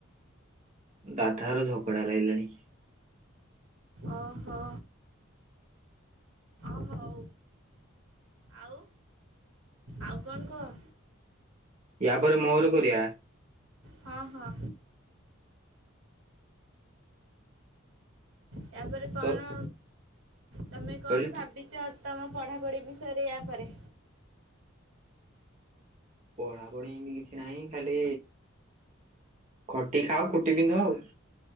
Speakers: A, on the right; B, on the right.
A: ଦାଦାର ଝଗଡ଼ା ଲାଗିଲାଣି।
B: ଓହୋ ଅ ହୋଉ। ଆଉ ଆଉ କଣ କୁହ?
A: ଇଆ ପରେ ମୋର କରିବା।
B: ହଁ ହଁ ତାପରେ କଣ
A: ତୋର
B: ତମେ କଣ
A: କହିଲି ତୁ
B: ଭାବିଚ? ତମ ପଢ଼ାପଢ଼ି ବିଷୟରେ ୟାପରେ।
A: ପଢ଼ା ପଢ଼ି ଏମତି କିଛି ନାହିଁ ଖାଲି ଖଟି ଖାଅ ଖୁଟି ପିନ୍ଧ ଆଉ।